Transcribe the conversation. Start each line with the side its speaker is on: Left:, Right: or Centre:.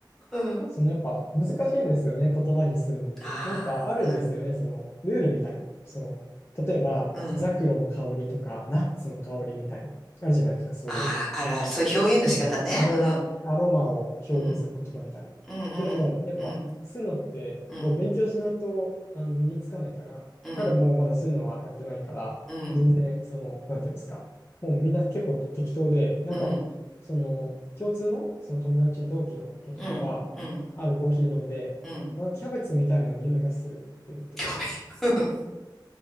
Centre: うん。
Left: そのやっぱ難しいんですよね、言葉にするのって。
Centre: ああ、
Left: なんかあるんですよね、そのルールみたいな。その、例えば、
Centre: うん、
Left: ザクロの香りとか、
Centre: うん。
Left: ナッツの香りみたいな。あるじゃないですか、そういう。
Centre: ああ、あるある。そういう表現の仕方ね。
Left: そのアロマ、
Centre: うん。
Left: アロマを表現する言葉みたいな。
Centre: うん、うん、
Left: でも、
Centre: うん、
Left: やっぱ、
Centre: うん、
Left: 吸うのって、
Centre: うん、
Left: こう、勉強しないと、あの、身につかないから、
Centre: うん、
Left: 彼もまだ吸うのはやってないから、
Centre: うん、
Left: 全然、その、なんていうんですか、もうみんな結構適当で、なんか、
Centre: うん、
Left: その、共通の、その友達、同期の子とかは、
Centre: うん、うん、
Left: あるコーヒー飲んで、
Centre: うん。
Left: これはキャベツみたいな匂いがするって言ってて、
Centre: やべ。うん